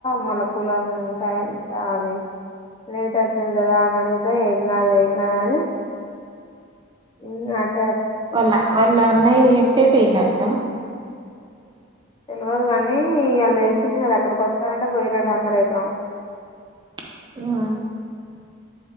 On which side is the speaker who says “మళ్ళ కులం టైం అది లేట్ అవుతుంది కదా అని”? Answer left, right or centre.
Left